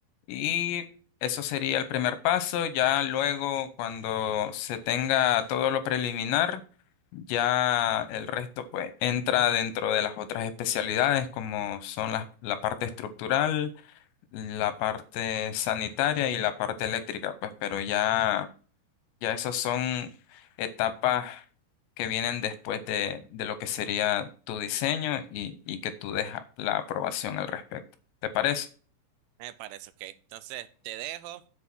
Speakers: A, on the left; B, on the right.
A: y eso sería el primer paso. Ya luego, cuando se tenga todo lo preliminar, ya el resto pues entra dentro de las otras especialidades como son las- la parte estructural la parte sanitaria y la parte eléctrica, pues, pero ya, ya esas son etapas que vienen después de, de lo que sería tu diseño y, y que tú dejas la aprobación al respecto. ¿Te parece?
B: Me parece, ok. Entonces, te dejo.